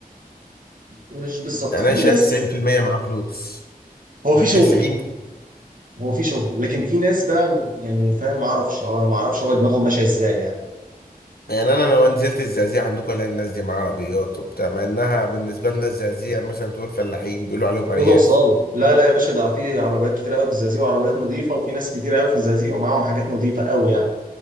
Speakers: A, on the right (about 60°); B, on the left (about 80°).
A: مش بالظبط
B: يعني
A: في
B: انا شايف
A: ناس
B: 90% معاه فلوس
A: هو في شغل
B: 90
A: هو في شغل لكن في ناس بقى يعني فاهم ما اعرفش أو أنا ما اعرفش هو دماغهم ماشيه ازاي يعني
B: يعني انا لو نزلت الزقازيق عندكم الاقي الناس دي معاها عربيات وبتاع مع انها بالنسبه لنا الزقازيق يعني مثلا تقول فلاحين بيقولوا عليهم ارياف
A: اوضه وصاله لا لا يا باشا ده في عربيات كتير قوي في الزقازيق وعربيات نظيفه وفي ناس كتير قوي في الزقازيق ومعاهم حاجات نظيفه قوي يعني